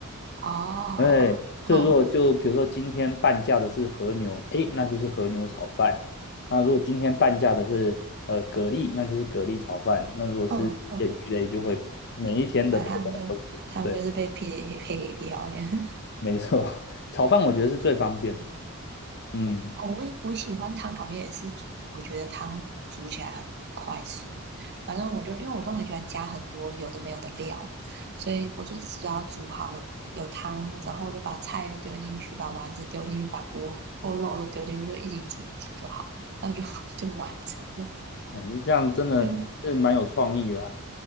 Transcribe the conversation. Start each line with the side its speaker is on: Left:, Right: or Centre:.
Right: 哦哦
Left: 哎，所以如果就比如说今天半价的是和牛，哎，那就是和牛炒饭。那如果今天半价的是呃蛤蜊，那就是蛤蜊炒饭。那如果是一些鱼类，
Right: 嗯嗯，
Left: 就会每一天的配料都是对，
Right: 反正他们就他们就是被配配给料这样。<laughs>
Left: 没错。<laughs> 炒饭我觉得是最方便的。嗯，
Right: 哦，我也我喜欢汤好像也是，我觉得汤煮起来很快速。反正我就因为我都很喜欢加很多有的没有的料，所以我就只要煮好有汤然后，我就把菜丢进去，把丸子丢进去，把锅或肉都丢进去，就一起煮一煮就好，那就 <laughs> 就完成了。
Left: 哦，这样真的是蛮有创意的啊。
Right: 就。